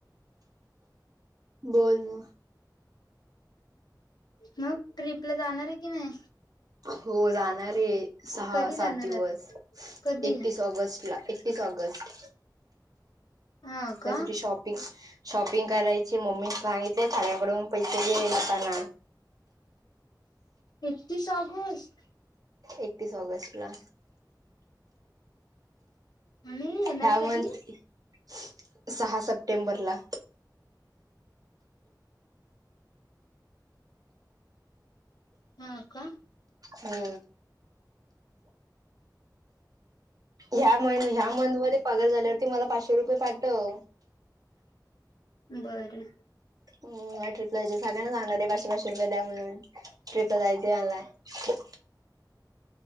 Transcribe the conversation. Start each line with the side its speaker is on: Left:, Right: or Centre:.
Right: बोल म.
Left: मग ट्रिपला जाणार आहे की नाही?
Right: हो जाणार ए. सहा
Left: कधी
Right: सात
Left: जाणार
Right: दिवस.
Left: आहेत कधी?
Right: एकतीस ऑगस्ट ला. स ऑगस्ट.
Left: हा का
Right: त्यासाठी शॉपिंग- शॉपिंग करायची. मम्मीन सांगितलंय सगळ्यांकडून पैसे घे जाताना.
Left: एकतीस ऑगस्ट?
Right: एकतीस ऑगस्ट ला.
Left: आणि येणार
Right: ह्या मंथ
Left: कधी?
Right: <unintelligible> सहा सप्टेंबरला.
Left: हा का?
Right: हो. ह्या महिना, ह्या मंथ मध्ये पगार झाल्यावरती मला पाचशे रुपये पाठव.
Left: बरं.
Right: मला ट्रिपला जायचय. सगळ्यांना सांगालोय पाचशे पाचशे रुपये द्या म्हणून. ट्रिपला जायचय आहे मला. <unintelligible>